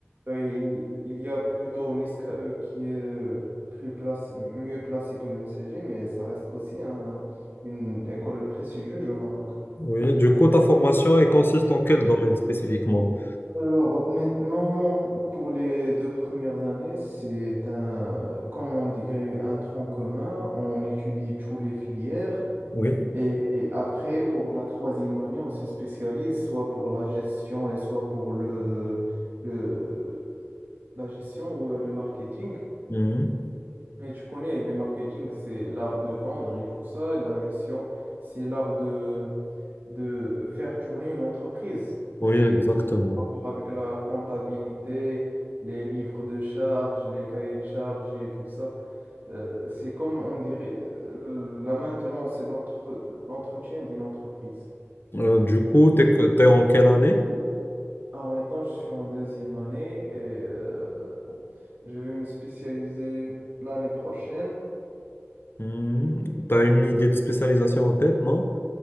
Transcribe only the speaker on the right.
Et il il y a plutôt l'ISKE qui est euh, plus place, mieux placé que le NCG, mais ça reste aussi un- une école prestigieuse au Maroc.
Alors maintenant, pour les deux premières années, c'est un, comment on dirait, un tronc commun. On étudie toutes les filières.
Et après, pour la troisième année, on se spécialise soit pour la gestion et soit pour le, le, la gestion ou euh, le marketing.
Et tu connais, le marketing, c'est l'art de vendre et tout ça. Et la gestion, c'est l'art de, de faire tourner une entreprise.
C'est
tout ce qui a rapport avec la comptabilité, les livres de charges, les cahiers de charges et tout ça. Euh, c'est comme on dirait, euh, la maintenance, c'est l'entre- l'entretien d'une entreprise.
Alors maintenant, je suis en deuxième année et euh, je vais me spécialiser l'année prochaine.